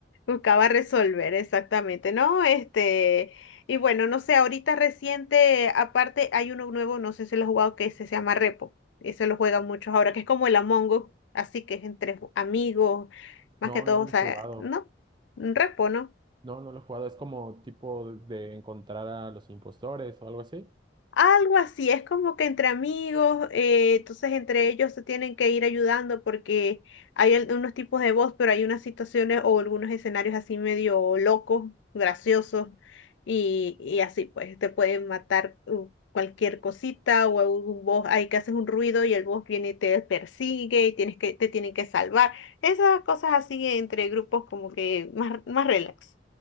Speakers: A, on the left; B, on the right.
A: Buscaba resolver, exactamente, ¿no? Este, y bueno, no sé, ahorita reciente, aparte hay uno nuevo, no sé si lo has jugado, que ese se llama Repo, y se lo juegan muchos ahora, que es como el Among Us, así que es entre amigos, más
B: No,
A: que todo,
B: no lo
A: o sea,
B: he jugado.
A: ¿no? Un Repo, ¿no?
B: No, no lo he jugado. Es como tipo de encontrar a los impostores o algo así.
A: Algo así, es como que entre amigos, eh, entonces entre ellos se tienen que ir ayudando porque hay al- unos tipos de voz, pero hay unas situaciones o algunos escenarios así medio locos, graciosos, y, y así pues te pueden matar uh, cualquier cosita o algún boss, hay que haces un ruido y el boss viene y te persigue y tienes que, te tienen que salvar. Esas cosas así entre grupos como que más, más relax.